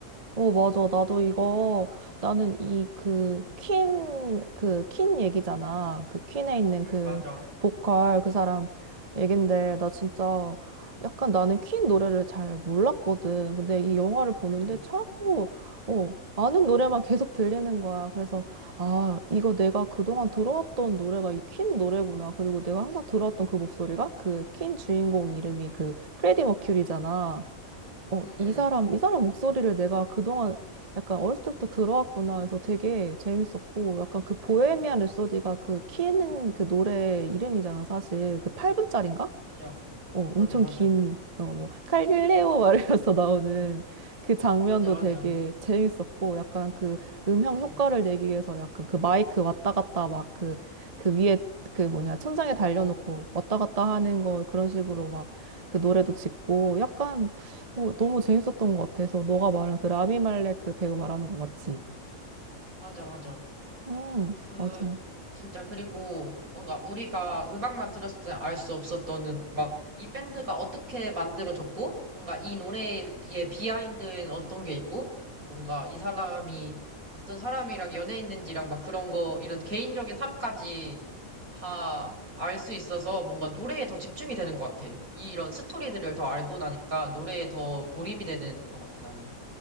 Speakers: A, on the right (about 30°); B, on the right (about 80°).
A: 어, 맞아. 나도 이거, 나는 이 그, 퀸, 그, 퀸 얘기잖아. 그 퀸에 있는
B: 응,
A: 그
B: 맞아.
A: 보컬 그 사람 얘긴데, 나 진짜 약간 나는 퀸 노래를 잘 몰랐거든. 근데 이 영화를 보는데
B: 응,
A: 자꾸, 어, 아는 노래만 계속 들리는 거야. 그래서, 아, 이거 내가 그동안 들어왔던 노래가 이 퀸 노래구나. 그리고 내가 항상 들어왔던 그 목소리가 그 퀸 주인공 이름이 그 프레디 머큐리잖아. 어,
B: 응,
A: 이
B: 응.
A: 사람, 이 사람 목소리를 내가 그동안 약간 어렸을 때부터 들어왔구나 해서 되게 재밌었고, 약간 그 보헤미안 랩소디가 그 키 있는 그 노래 이름이잖아, 사실. 그 8분짜리인가?
B: 맞아.
A: 어,
B: 맞아,
A: 엄청
B: 맞아.
A: 긴, 어, 뭐, 갈릴레오 말이어서 <laughs> 나오는 그 장면도
B: 맞아, 맞아.
A: 되게 재밌었고, 약간 그 음향
B: 응,
A: 효과를 내기 위해서 약간 그 마이크 왔다 갔다 막 그, 그 위에 그 뭐냐, 천장에
B: 어,
A: 달려놓고 왔다 갔다 하는 거 그런 식으로 막 그 노래도 짓고, 약간 어, 너무 재밌었던 것 같아서, 너가 말한 그 라미 말렉 그 배우 말하는 거 맞지?
B: 맞아, 맞아.
A: 응,
B: 그
A: 맞아.
B: 진짜 그리고 뭔가 우리가 음악만 들었을 때 알 수 없었던 막 이 밴드가 어떻게 만들어졌고 뭔가 이 노래의 비하인드엔 어떤 게 있고 또 뭔가 이 사람이 어떤 사람이랑 연애했는지랑 막 그런 거 이런 개인적인 삶까지 다 알 수 있어서 뭔가 노래에 더 집중이 되는 것 같아. 이런 스토리들을 더 알고 나니까 노래에 더 몰입이 되는 것 같아 나는.